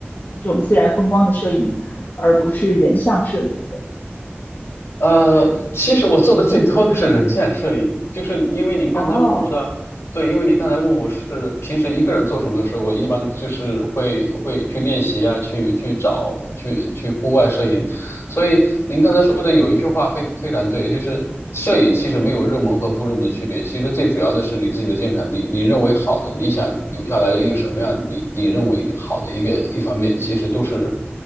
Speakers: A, on the left (about 55°); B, on the left (about 80°).
A: 这种自然风光的摄影，而不是人像摄影。
B: 呃，其实我做的最多的是人像摄影，就是因为您刚才问我的，
A: 哦，
B: 对，因为您刚才问我是平时一个人做什么的时候，我一般就是会会去练习啊，去去找去去户外摄影，所以您刚才说的有一句话非非常对，就是摄影其实没有入门和不入门的区别，其实最主要的是你自己的鉴赏力，你认为好的，你想留下来一个什么样，你你认为好的一个一方面，其实都是